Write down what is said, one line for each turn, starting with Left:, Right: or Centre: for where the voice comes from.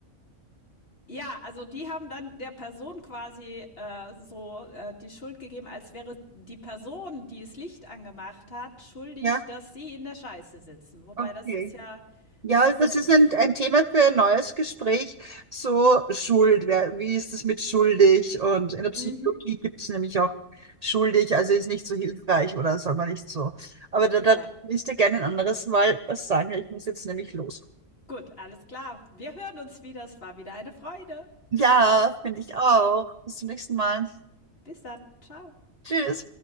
Left: ja, also die haben dann der Person quasi äh, so äh, die Schuld gegeben, als wäre die Person, die das Licht angemacht hat, schuldig,
Right: Ja,
Left: dass sie in der Scheiße sitzen. Wobei
Right: Okay.
Left: das ist ja, das
Right: Ja,
Left: ist
Right: das
Left: ja
Right: ist
Left: nicht
Right: ein,
Left: so.
Right: ein Thema für ein neues Gespräch. So Schuld, wer, wie ist es mit schuldig? Und in der Psychologie
Left: Mhm.
Right: gibt es nämlich auch schuldig, also ist nicht so hilfreich oder soll man nicht so. Aber da,
Left: Ja,
Right: da will ich dir gerne ein anderes Mal was sagen. weil Ich muss jetzt nämlich los.
Left: gut, alles klar. Wir hören uns wieder. Es war wieder eine Freude.
Right: Ja, finde ich auch. Bis zum nächsten Mal.
Left: Bis dann. Ciao.
Right: Tschüss.